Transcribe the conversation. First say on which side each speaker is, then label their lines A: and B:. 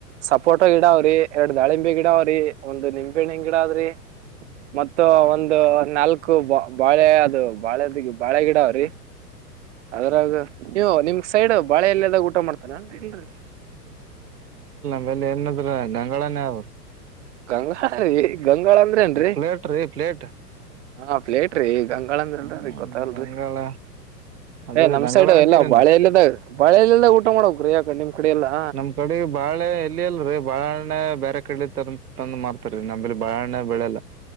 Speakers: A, on the right; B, on the right.
A: ಸಪೋಟೋ ಗಿಡಾವ್ರಿ ಎರಡು ದಾಳಿಂಬೆ ಗಿಡಾವ್ರಿ ಒಂದು ನಿಂಬೆ. ಗಿಡ ಆದ್ರಿ ಮತ್ತ ಒಂದು ನಾಲ್ಕು ಬ ಬಾಳೆ ಅದು ಬಾಳೆದಿ ಬಾಳೆ ಗಿಡ ಅವ್ರಿ ಅದ್ರಾಗ ನೀವು. ನಿಮ್ ಸೈಡ್ ಬಾಳೆ ಎಲ್ಲದಾಗ ಊಟ ಮಾಡ್ತಾನನ್ರಿ ಇಲ್ರರಿ.
B: ಆಮೇಲೆ ಏನದ್ರ ಗಂಗಳಾನೇ ಅವ್ರರು.
A: ಗಂಗಾಳ ರೀ ಗಂಗಾಳ ಅಂದ್ರೇ ಏನ್ರಿ
B: ಪ್ಲೇಟ್ ರೀ ಪ್ಲೇಟ್
A: ಹ ಪ್ಲೇಟ್ ರೀಗ. ಗಂಗಾಳ ಅಂದ
B: ಹ್ಮ್
A: ಇಲ್ರೀ ಗೊತ್ತಲ್ರರಿ.
B: ಗಂಗಾಳ ಅದ್ರ
A: ಏ ನಮ್
B: ಗಂಗಾಳ
A: ಸೈಡ್
B: ಅಂತೀರಿ
A: ಎಲ್ಲ ಬಾಳೆ
B: ನಾವ್
A: ಎಲ್ಲದಾಗ ಬಾಳೆಲ್ಲದಾಗ ಊಟ ಮಾಡ್ರೀ ಯಾಕ ನಿಮ್ ಕಡೆ ಎಲ್ಲಾ.
B: ನಮ್ ಕಡೆ ಬಾಳೆ ಎಲ್ಲಿ ಇಲ್ ರೀ ಬಾಳೆಹಣ್ಣು ಬೇರೆ ಕಡೆ ತರ ತಂದು ಮಾಡ್ತಾರ ನಂಬಲ್ಲಿ ಬಾಳೆಹಣ್ಣು ಬೆಳೆಲ್ಲ